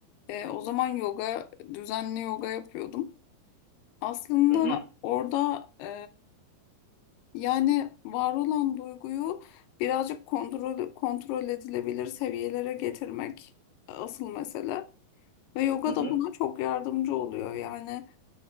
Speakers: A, on the left (about 80°); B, on the right (about 80°).
A: e, o zaman yoga düzenli yoga yapıyordum. Aslında
B: Hı hı,
A: orada e, yani var olan duyguyu birazcık kontrol kontrol edilebilir seviyelere getirmek asıl mesele. Ve yoga
B: hı hı.
A: da buna çok yardımcı oluyor. Yani